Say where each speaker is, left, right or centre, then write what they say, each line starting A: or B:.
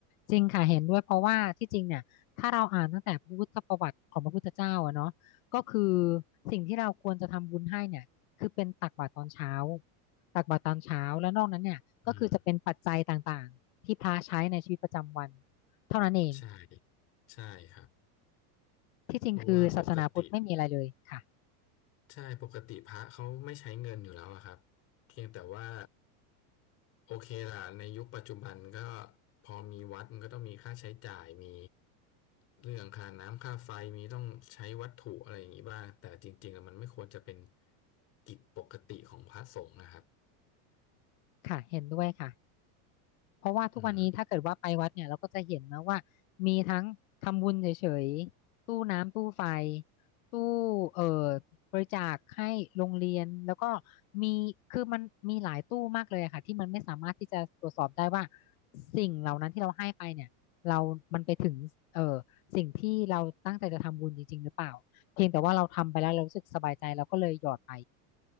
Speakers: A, on the left (about 60°); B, on the left (about 30°).
A: จริงค่ะเห็นด้วยเพราะว่าที่จริงเนี่ยถ้าเราอ่านตั้งแต่พุทธประวัติของพระพุทธเจ้าอะเนาะก็คือสิ่งที่เราควรจะทำบุญให้เนี่ยคือเป็นตักบาตรตอนเช้าตักบาตรตอนเช้าแล้วนอกนั้นเนี่ยก็คือจะเป็นปัจจัยต่างๆที่พระใช้ในชีวิตประจำวัน
B: อืม
A: เท่านั้นเอง
B: ใช่ใช่ครับ
A: ที่จริงคือศาสนาพุทธไม่มีอะไรเลยค่ะ
B: เพราะว่าปกติ ใช่ปกติพระเขาไม่ใช้เงินอยู่แล้วอะครับเพียงแต่ว่าโอเคล่ะในยุคปัจจุบันก็พอมีวัดมันก็ต้องมีค่าใช้จ่ายมีเรื่องค่าน้ำค่าไฟมีต้องใช้วัตถุอะไรอย่างนี้บ้างแต่จริงๆแล้วมันไม่ควรจะเป็นกิจปกติของพระสงฆ์นะครับ
A: ค่ะเห็นด้วยค่ะ เพราะว่าทุกวันนี้ถ้าเกิดว่าไปวัดเนี่ยเราก็จะเห็นนะว่า
B: อืม
A: มีทั้งทำบุญเฉยๆตู้น้ำตู้ไฟตู้เอ่อบริจาคให้โรงเรียนแล้วก็มีคือมันมีหลายตู้มากเลยอะค่ะที่มันไม่สามารถที่จะตรวจสอบได้ว่าสิ่งเหล่านั้นที่เราให้ไปเนี่ยเรามันไปถึงเอ่อสิ่งที่เราตั้งใจจะทำบุญจริงๆหรือเปล่าเพียงแต่ว่าเราทำไปแล้วเรารู้สึกสบายใจเราก็เลยหยอดไป